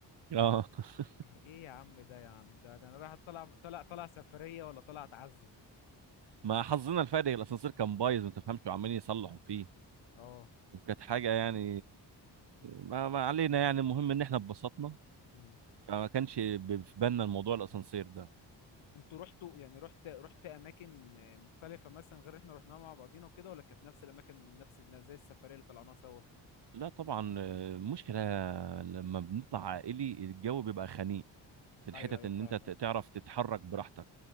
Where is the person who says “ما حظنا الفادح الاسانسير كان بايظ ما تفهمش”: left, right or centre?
Right